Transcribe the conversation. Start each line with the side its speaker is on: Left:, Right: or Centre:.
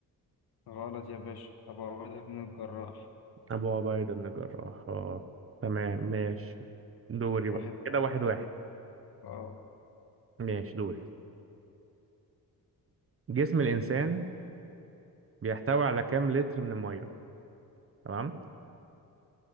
Left: غلط يا باشا أبو عبيدة بن الجراح
Right: أبو عبيدة بن جراح اه تمام ماشي دوري
Left: واحد
Right: بقى كده
Left: واحد
Right: واحد واحد
Left: اه
Right: ماشي دوري جسم الإنسان بيحتوي على كام لتر من المية تمام